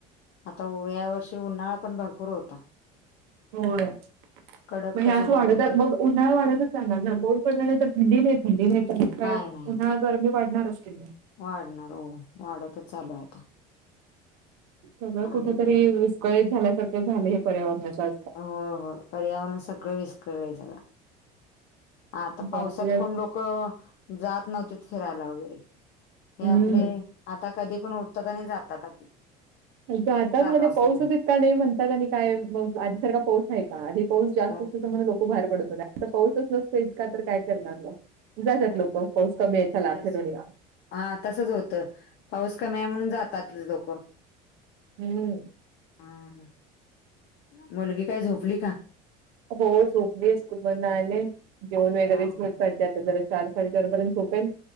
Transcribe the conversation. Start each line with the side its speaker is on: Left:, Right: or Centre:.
Left: आता या वर्षी उन्हाळा पण भरपूर होता.
Right: होय
Left: कडकच
Right: म हे असं
Left: ऊन
Right: वाढतच
Left: होतं
Right: जातय,, मग उन्हाळा वाढतच जाणार ना,, पाऊस पडला नाही तर थंडी नाही,, थंडी नाहीतर प काय
Left: क नाय,, <unintelligible>
Right: पुन्हा गरमी वाढणार असते
Left: वाढणार हो,, वाढतच चालूय आता.
Right: सगळं कुठ
Left: आणि
Right: तरी विस्कळीत झाल्यासारखे झालेय, हे पर्यावरणाच्या
Left: होय, होय. पर्यावरण सगळं विस्कळलंय सगळं आता पावसात
Right: जास्तीत जास्त
Left: कोण लोकं, जात नव्हते फिरायला हे
Right: हम्म
Left: आपले,, आता कधी पण उठतात आणि जातात.
Right: जातात
Left: चालू
Right: म्हणजे,,
Left: असतं
Right: पाऊसच
Left: त्यांचं.
Right: इतका नाही म्हणतात, आणि काय म आधीसारखा पाऊस आहे का,, आधी पाऊस जास्त
Left: हो,
Right: असल्या तर म्हणून लोक बाहेर पडत नवते,, आता पाऊसच नसतच का, तर काय करणार लो जातात
Left: हो.
Right: लोक,, पाौस कमी आय,, चाला
Left: तेच
Right: फीरून घ्या.
Left: हा, तसंच होतं,, पाऊस कमी आहे म्हणून जातात लोकं.
Right: हम्म,
Left: हा,,, मुलगी काय झोपली का?
Right: हो,, झोपलीच ति पन,, स्कूल आले घेऊन वगरेच
Left: हां,
Right: जरा चार साडेचारपर्यंत झोपेल,,